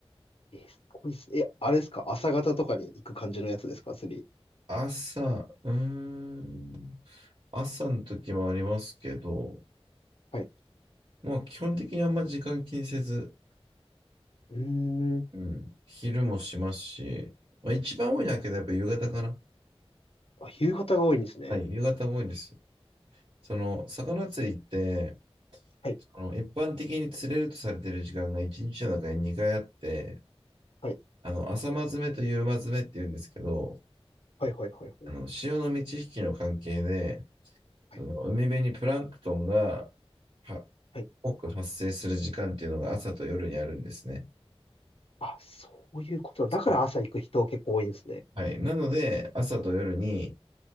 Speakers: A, on the left; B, on the right.
A: えー、すごいっす。え、あれですか朝方とかに行く感じのやつですか釣り。
B: 朝、うーん、朝の時もありますけど、
A: はい。
B: まあ基本的にあんま時間気にせず、
A: うーん。
B: うん、昼もしますし、まあ一番多いのはけどやっぱ夕方かな。
A: あ、夕方が多いんですね。
B: はい、夕方も多いです。その、魚釣りって、
A: はい。
B: あの、一般的に釣れるとされている時間が1日の中に2回あって、
A: はい。
B: あの、朝間詰めと夕間詰めって言うんですけど、
A: はい、はい、はい、はい。
B: あの、潮の満ち引きの関係で、
A: はい。
B: その海辺にプランクトンがは
A: はい
B: 多く発生する時間っていうのが朝と夜にあるんですね。
A: あ、そういうことだ。
B: そう
A: だから朝行く人結構多いんですね。
B: はい。なので、朝と夜に